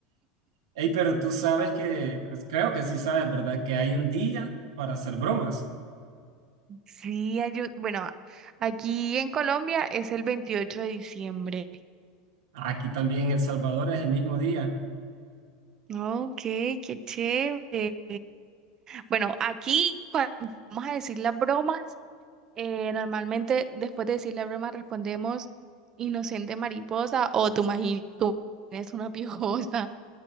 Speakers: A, on the right; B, on the right.
A: Ey, pero tú sabes que, pues, creo que sí sabes, ¿verdad? Que hay un día para hacer bromas.
B: Sí, hay un- bueno, aquí en Colombia es el 28 de diciembre.
A: Aquí también en El Salvador es el mismo día.
B: Ok, qué chévere. Bueno, aquí cuando vamos a decir las bromas, eh, normalmente después de decir la broma respondemos inocente mariposa o tú imaginas tú eres una piojosa.